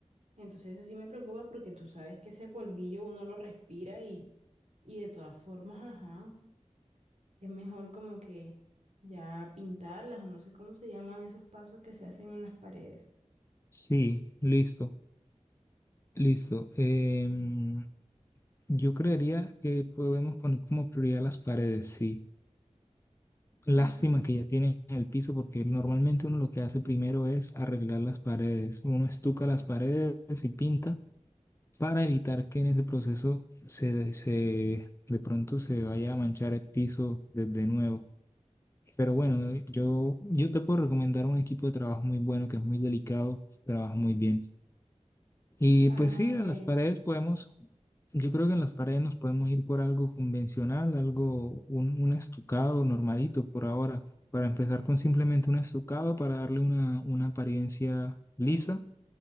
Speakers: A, on the right; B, on the left.
A: Entonces eso sí me preocupa porque tú sabes que ese polvillo uno lo respira y, y de todas formas, ajá. Es mejor como que ya pintarlas o no sé cómo se llaman esos pasos que se hacen en las paredes.
B: sí, listo, listo. Em, yo creería que podemos poner como prioridad las paredes, sí. Lástima
A: Ujú.
B: que ya tiene el piso porque normalmente uno lo que hace primero es arreglar las paredes. Uno estuca las paredes y pinta para evitar que en ese proceso se, se de pronto se vaya a manchar el piso desde nuevo. Pero bueno, eh, yo, yo te puedo recomendar un equipo de trabajo muy bueno que es muy delicado, trabaja muy bien. Y
A: Ah,
B: pues sí,
A: ok.
B: a las paredes podemos yo creo que en las paredes nos podemos ir por algo convencional, algo, un, un estucado normalito por ahora, para empezar con simplemente un estucado para darle una, una apariencia lisa